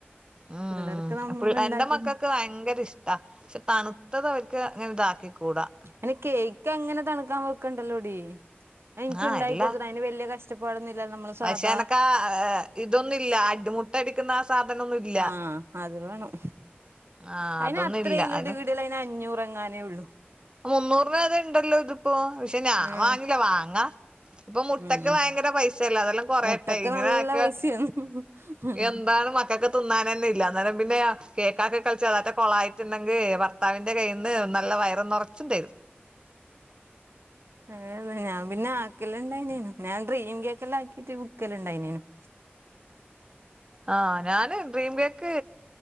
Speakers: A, on the right; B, on the right.
A: ഉം
B: പിള്ളേർക്ക് നമ്മൾ
A: അപ്പ
B: ഇണ്ടാക്കി
A: എന്റെ മക്കക്ക് ഭയങ്കര ഇഷ് ട പക്ഷ തണുത്തത് അവർക്ക് അങ്ങനെ ഇതാക്കി കൂടാ
B: അയിന് കേക്ക് അങ്ങനെ തണുക്കാൻ വെക്കണ്ടല്ലോടി അയിന്ക്ക്
A: ആഹ്
B: ഇണ്ടാക്കി
A: അല്ല
B: കൊടുത്ത്ട അതിന് വല്യ കഷ് ടപാടൊന്നില്ല നമ്മള് സാധാ
A: പക്ഷെ എനക്ക് ആ ഇതൊന്നുല്ല അടി മുട്ട അടിക്കുന്ന ആ സാധനൊന്നുല്ല
B: ആഹ് അത് വേണം
A: ആഹ്
B: അയിന്
A: അതൊന്നും
B: അത്രേയിള്ളൂ
A: ഇല്ല അത്
B: ടീ ഇവിടെല്ല അതിന് അഞ്ഞൂറ് എങ്ങാനേ ഉള്ളൂ
A: മുന്നൂറിന് അത് ഇണ്ടല്ലോ ഇതിപ്പോ പഷേ ഞാന്
B: ആഹ്
A: വാങ്ങില്ല വാങ്ങാ ഇപ്പ മുട്ടക്ക്
B: ഉം
A: ഭയങ്കര പൈസയല്ലേ അതെല്ലാം കൊറയട്ടെ
B: മുട്ടക്ക്
A: ഇങ്ങനെ
B: നല്ല
A: ആക്ക
B: പൈസയാണ് ഉം
A: എന്താണ് മക്കക്ക് തിന്നാൻ തന്നെ ഇല്ല അന്നേരം പിന്നെ കേക്കാക്കി കളിച്ച് അതെറ്റം കൊളായിട്ടുണ്ടെങ്കി ഭർത്താവിന്റെ കയ്യിന്ന് നല്ല വയറും നെറച്ചും തരും
B: ഏഹ് ഞാൻ പിന്നെ ആക്കല് ഇണ്ടായിനി ഞാൻ ഡ്രീം കേക്കെല്ലാം ആക്കിട്ട് വിക്കെല് ഇണ്ടായിനെനു <inaudible>
A: ആ ഞാന് ഡ്രീം കേക്ക്